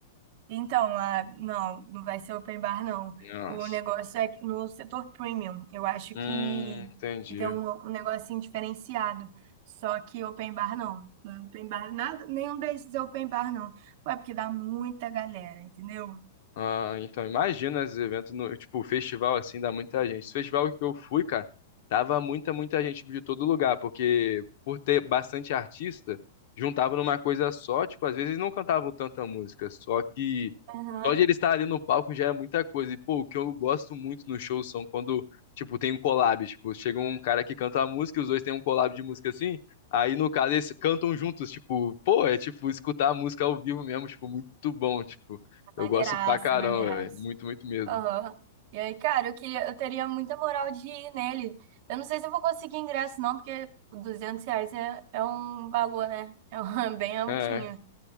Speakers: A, on the right; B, on the left.
A: Então, a... não, não vai ser open bar, não.
B: Nossa.
A: O negócio é que no setor premium. Eu acho
B: Hum,
A: que,
B: entendi.
A: que tem um, um negocinho diferenciado. Só que open bar, não. Não é open bar, nada, nenhum desses é open bar, não. Ué, porque dá muita galera, entendeu?
B: Ah, então imagina esses eventos no, tipo, festival assim, dá muita gente. Esse festival que eu fui, cara, tava muita, muita gente de todo lugar, porque por ter bastante artista, juntava numa coisa só, tipo, às vezes não cantavam tanta música, só que
A: Aham.
B: só de ele estar ali no palco já é muita coisa. E pô, o que eu gosto muito nos shows são quando, tipo, tem um collab, tipo, chega um cara que canta a música, e os dois têm um collab de música assim, aí no caso eles cantam juntos, tipo, pô, é tipo escutar a música ao vivo mesmo, tipo, muito bom, tipo. Eu
A: Maneiraça,
B: gosto pra caramba,
A: maneiraça.
B: velho. Muito, muito mesmo.
A: Aham. E aí, cara, eu queria, eu teria muita moral de ir nele. Eu não sei se eu vou conseguir ingresso, não, porque 200 reais é, é um valor, né? É um, <laughs> bem altinho.
B: É,